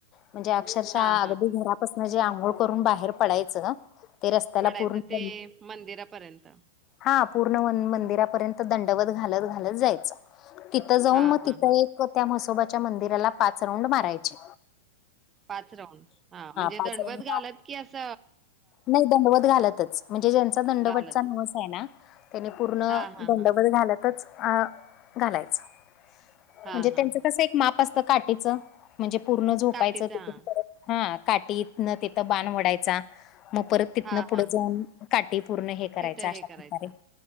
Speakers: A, on the left; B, on the right.
A: म्हणजे अक्षरशः
B: हां,
A: अगदी
B: हां.
A: घरात पसन जे आंघोळ करून बाहेर पडायचं. ते रस्त्याला
B: पडायचं
A: पूर्ण
B: ते मंदिरापर्यंत.
A: हा पूर्ण मंदिरापर्यंत दंडवत घालत घालत जायचं. तिथं जाऊन
B: हां,
A: मग
B: हां,
A: तिथं
B: हां.
A: एक त्या म्हसोबाच्या मंदिराला पाच राऊंड मारायचे.
B: पाच राऊंड? हा. म्हणजे
A: पाच
B: दंडवत
A: राऊंड
B: घालत की अस?
A: नाही दंडवत घालतच. म्हणजे ज्यांच दंडवतचा
B: घालतच.
A: वसाय ना. त्यानी पूर्ण
B: हां, हां,
A: दंडवत
B: हां.
A: घालत तच अ घालायचं.
B: हां,
A: म्हणजे
B: हां,
A: त्यांच
B: हां.
A: कस एक माप असतं काठीचं. म्हणजे पूर्ण झोपायच
B: काठीचा
A: तिथे.
B: हां.
A: परत हा काठीत तिथं बाण वडायचा. मग परत तिथनं
B: हां,
A: पुढं
B: हां,
A: जाऊन,
B: हां.
A: काठी पूर्ण हे करायचं
B: तिथं
A: अशा
B: हे करायचं.
A: प्रकारे,